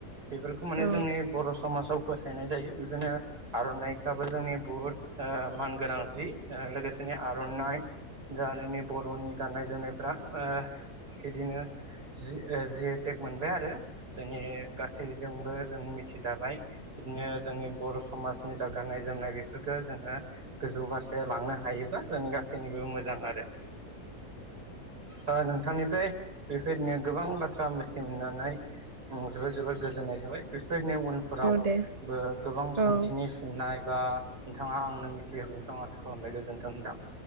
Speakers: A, on the right; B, on the right.
A: बेफोरखौ माने
B: औ
A: जोंनि बर' समाजाव फोथायनाय जायो बेखोनो आर'नाइखाबो जोंनि बुहुत ओ मान गोनां जि ओ लोगोसेनो आर'नाइ जा जोंनि बर'नि गाननाय जोमनायफ्रा ओ बिदिनो जि जिटेक मोनबाय आरो जोंनि गासैजोंबो जों मिथिजाबाय बिदिनो जोंनि बर' समाजनि जा गाननाय जोमनाय बेफोरफोरखौ जोङो गोजौ फारसे लांनो हायोब्ला जोंनि गासैनिबो मोजां आरो ओ नोंथांनिफ्राय बेफोरदिनो गोबां बाथ्रा मिथि मोननानै जोबोद जोबोद गोजोननाय थाबाय बेफोरदिनो उन उनफोरावबो
B: दे
A: गोबां
B: औ
A: सोंथिनि फिननाय आ नोंथाङा आं होगोनखौ आं आसा खालामबाय गोजोन गोजोन्थों नोंथां